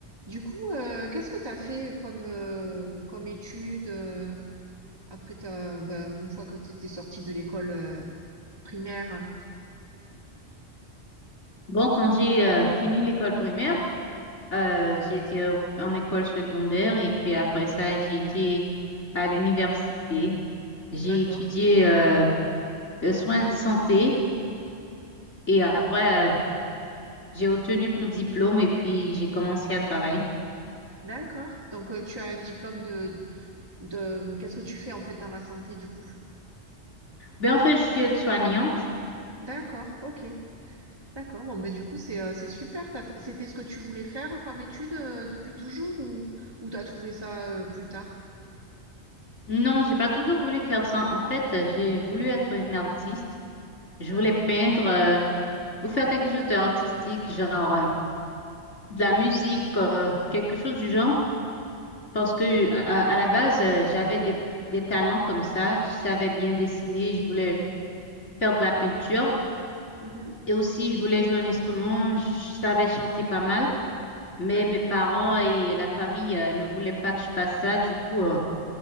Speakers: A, on the right (about 20°); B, on the left (about 80°).
A: Du coup, euh, qu'est-ce que tu as fait comme, euh, comme étude euh, après ta, ben, une fois que tu étais sortie de l'école euh, primaire?
B: Bon, quand j'ai euh, fini l'école primaire, euh, j'ai été au- en école secondaire et puis après ça, j'ai été à l'université. J'ai
A: D'accord.
B: étudié euh, le soin de santé et après,
A: Ouais.
B: euh, j'ai obtenu mon diplôme et puis j'ai commencé à travailler.
A: D'accord. Donc, euh, tu as un diplôme de, de... Qu'est-ce que tu fais en fait dans la santé du coup?
B: Ben en fait, je suis aide-soignante.
A: D'accord, ok. D'accord. Bon, ben, du coup, c'est euh, c'est super. T'as fait- C'était ce que tu voulais faire comme étude euh, depuis toujours ou, ou tu as trouvé ça euh, plus tard?
B: Non, j'ai pas toujours voulu faire ça. En fait, euh, j'ai voulu être une artiste. Je
A: D'accord.
B: voulais peindre euh, ou faire quelque chose d'artistique, genre euh, de la musique, euh, quelque chose du genre. Parce que à, à la base, euh, j'avais des, des talents comme ça. Je savais bien dessiner, je voulais faire de la peinture
A: Mhm.
B: et aussi je voulais jouer un instrument. Je savais chanter pas mal, mais
A: D'accord.
B: mes parents et la famille euh, ne voulaient pas que je fasse ça. Du coup, euh,